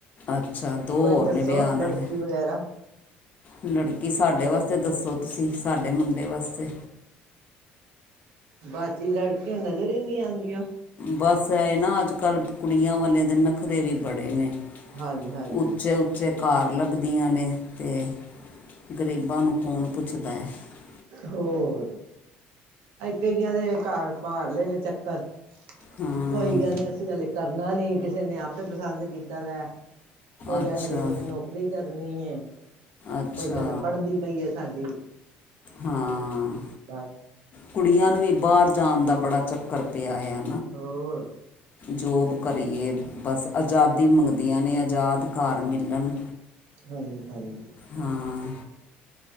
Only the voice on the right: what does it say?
ਕੋਈ
ਦੱਸੋ
ਲੜਕੀ
ਵਗੈਰਾ।
ਬਾਕੀ ਲੜਕੀਆਂ ਨਜ਼ਰ ਹੀ ਨੀ ਆਉਂਦੀਆਂ।
ਹਾਂਜੀ ਹਾਂਜੀ
ਹੋਰ ਕਈਆਂ ਦੇ ਘਰ ਮਾਰ ਲਏ ਨੇ ਚੱਕਰ
ਕੋਈ ਗੱਲ ਨੀ ਅਸੀਂ ਹਲੇ ਕਰਨਾ ਨੀ ਕਿਸੇ ਨੇ ਆਪੇ ਪਸੰਦ ਕੀਤਾ ਦਾ। ਕੋਈ
ਕਹ ਸਾਡੀ ਕੁਈ ਨੇ ਨੌਕਰੀ ਕਰ ਨੀ ਏ।
ਕੋਈ ਕਿੰਦਾ ਪੜ੍ਹਦੀ ਪਈ ਹੈ ਸਾਡੀ।
ਬਸ
ਹੋਰ।
ਹਾਂਜੀ-ਹਾਂਜੀ